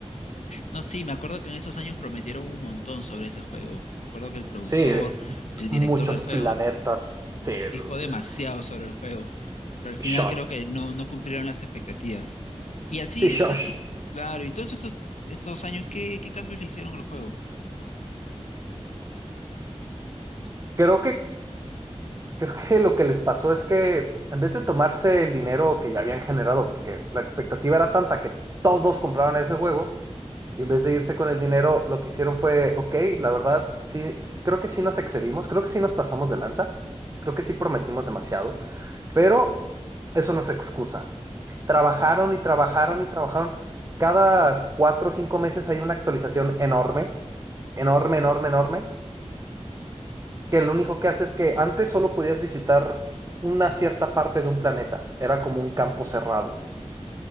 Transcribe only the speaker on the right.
Sí,
muchos
planetas. Sí,
este,
Sean.
Sí, Shosh.
Creo que, creo que lo que les pasó es que en vez de tomarse el dinero que ya habían generado, porque la expectativa era tanta que todos compraron ese juego, y en vez de irse con el dinero, lo que hicieron fue, ok, la verdad, sí, sí, creo que sí nos excedimos, creo que sí nos pasamos de lanza, creo que sí prometimos demasiado, pero eso no es excusa. Trabajaron y trabajaron y trabajaron. Cada cuatro o cinco meses hay una actualización enorme, enorme, enorme, enorme. que lo único que hace es que antes solo podías visitar una cierta parte de un planeta, era como un campo cerrado.